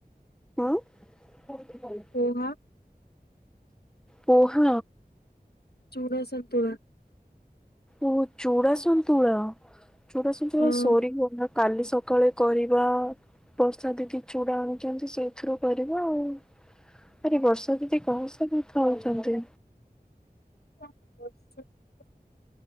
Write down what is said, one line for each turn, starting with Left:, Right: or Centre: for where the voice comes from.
Centre: ଉଁ।
Left: କହୁନ।
Centre: କୁହ।
Left: ଚୁଡା ସନ୍ତୁଳା।
Centre: ଓ ଚୁଡା ସନ୍ତୁଳା -ଚୁଡା ସନ୍ତୁଳା
Left: ହଁ।
Centre: ସରିଗଲା। କାଲି ସକାଳେ କରିବା। ବର୍ଷା ଦିଦି ଚୁଡା ଆଣୁଚନ୍ତି ସେଇଥିରୁ କରିବା ଆଉ ଆରେ ବର୍ଷା ଏମିତି କହୁସନ୍ତି ଖାଉସନ୍ତି।
Left: <unintelligible>